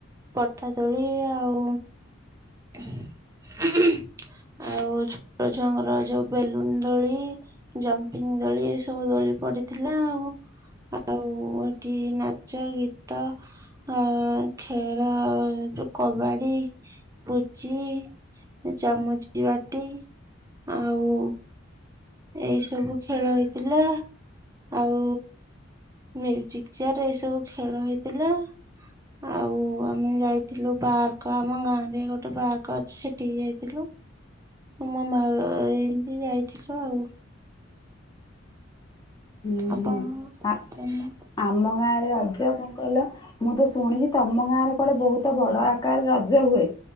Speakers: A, on the right; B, on the left.
A: ପଠା ଦୋଳି ଆଉ ହୁଁ ହୁଁ। ଆଉ ଛୋଟ ଛୁଆଙ୍କର ଯୋଉ ବେଲୁନ ଦୋଳି ଜମ୍ପିଙ୍ଗ ଦୋଳି ଏ ସବୁ ଦୋଳି ପଡିଥିଲା ଆଉ। ଆଉ ଏଠି ନାଚ ଗୀତ ଅ ଖେଳ ଯୋଉ କବାଡି। ପୁଚି ଚାମଚି ବାଟି ଆଉ ଏଇ ସବୁ ଖେଳ ହେଇଥିଲା। ଆଉ ମିଉଜିକ ଚେୟାର ଏଇ ସବୁ ଖେଳ ହେଇଥିଲା। ଆଉ ଆମେ ଯାଇଥିଲୁ ପାର୍କ ଆମ ଗାଁ ରେ ଗୋ ଗୋଟେ ପାର୍କ ଅଛି ସେଠିକି ଯାଇଥିଲୁ। ମାମା ହେରିକା ଏମିତି ଯାଇଥିଲୁ ଆଉ। <unintelligible>
B: ହୁଁ ହୁଁ ଆ ଆମ ଗାଁରେ ରଜ କଣ କହିଲ? ମୁଁ ତ ଶୁଣିଛି ତମ ଗାଁରେ କୁଆଡେ ବହୁତ ବଡ ଆ କାଳେ ରାଜ ହୁଏ।